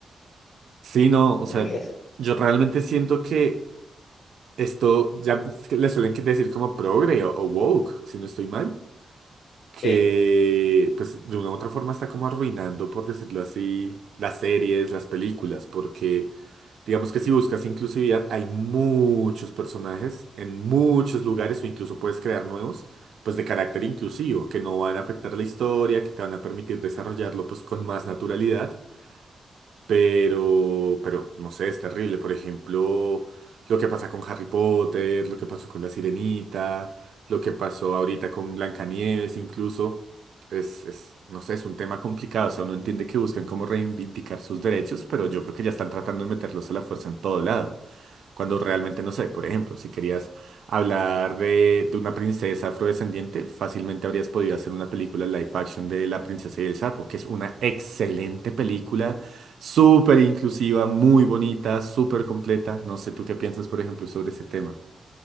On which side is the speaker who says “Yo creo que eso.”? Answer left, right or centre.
Left